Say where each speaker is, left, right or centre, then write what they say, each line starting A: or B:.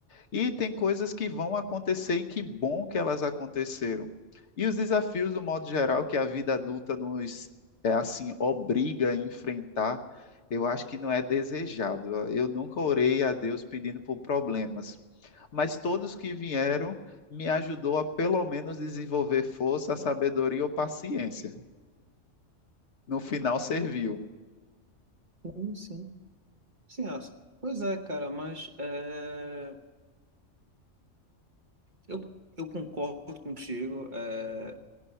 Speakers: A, on the left (about 65°); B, on the right (about 40°).
A: E tem coisas que vão acontecer e que bom que elas aconteceram. E os desafios, do modo geral, que a vida adulta nos é assim obriga a enfrentar, eu acho que não é desejado. Eu nunca orei a Deus pedindo por problemas, mas todos que vieram me ajudou a pelo menos desenvolver força, sabedoria ou paciência. No final serviu.
B: Sim, sim. Sim, acho. Pois é, cara, mas é, eu, eu concordo contigo. é,